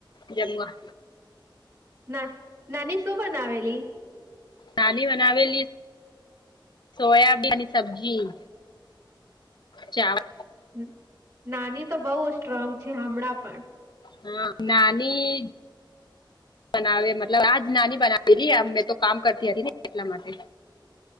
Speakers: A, on the left (about 60°); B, on the right (about 45°).
A: જમવા.
B: ના નાની શું બનાવેલી?
A: નાની બનાવેલી સોયાબીન સબ્જી. ચાવલ
B: હમ નાની તો બહુ સ્ટ્રોંગ છે હમણાં પણ.
A: હા નાની બનાવે મતલબ આજ નાની બનાવેલી. મેં તો કામ કરતી હતી ને એટલા માટે.